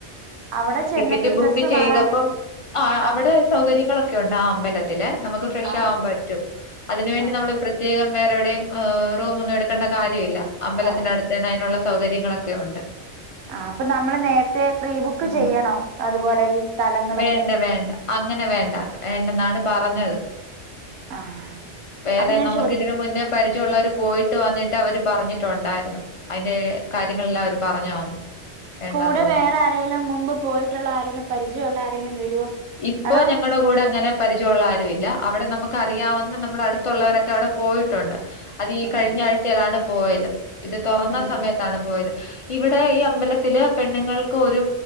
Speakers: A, on the right; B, on the left.
A: അവിടെ ചെന്നിട്ട്
B: ടിക്കറ്റ് ബുക്ക്
A: ഡ്രസ്സ്
B: ചെയ്തപ്പം
A: മാറാന
B: ആഹ് അവിടെ
A: ആ
B: സൗകര്യങ്ങളൊക്കെ കെയൊണ്ട് ആ അമ്പലത്തില്
A: ആ
B: നമുക്ക് ഫ്രഷ്
A: ആ
B: ആവാൻ പറ്റും അതിനു വേണ്ടി
A: ആ ആ
B: നമ്മൾ പ്രത്യേക പ്രേത്യേകം വേറെ എവിടെയു ഏ റൂം ഒന്നും എടുക്കേണ്ട കാര്യമില്ല അമ്പലത്തിന്റെ
A: കാര്യ
B: അടുത്ത അതിനുള്ള സൗകര്യങ്ങളൊക്കെ ഉണ്ട്
A: ആ അപ്പൊ നമ്മള് നേരത്തെ പ്രീബുക്ക്
B: ഉം
A: ചെയ്യണോ അതുപോലെ ഈ സ്ഥലങ്ങളൊക്കെ
B: വേണ്ട വേണ്ട അങ്ങനെ വേണ്ട വേണ്ടെന്നാണ് പറഞ്ഞത്
A: ആ
B: വേറെ
A: അപ്പൊ ഞാൻ
B: നമുക്ക്
A: ചോദിക്കട്ടെ
B: ഇതിന് മുന്നേ പരിചയമുള്ളവർ പോയിട്ട് വന്നിട്ട് അവര് പറഞ്ഞിട്ടുണ്ടായിരുന്നു അതിന്റെ കാര്യങ്ങളെല്ലാം അവര് പറഞ്ഞു തന്നു വേണ്ടാന്ന്
A: കൂടെ
B: പറഞ്ഞു.
A: വേറെ ആരേങ്കിലും മുമ്പ് പോയിട്ടുള്ള ആരെലും പരിചയുള്ള ആരെേലും വരുവോ
B: ഇപ്പൊ
A: അതോ
B: ഞങ്ങടെ കൂടെ അങ്ങനെ പരിചയമുള്ള ആരുവില്ല അവിടെ നമുക്ക് അറിയാവുന്ന നമ്മുടെ അടുത്തുള്ളവരൊക്കെ അവിടെ പോയിട്ടുണ്ട് അത് ഈ
A: ഉം
B: കഴിഞ്ഞ
A: ഉം
B: ആഴ്ചയിലാണ് പോയത് ഇത് തോറന്നാ
A: ഉം ഉം
B: സമയത്താണ് പോയത് ഇവിടെ ഈ അമ്പലത്തില് പെണ്ണുങ്ങൾക്ക് ഒരു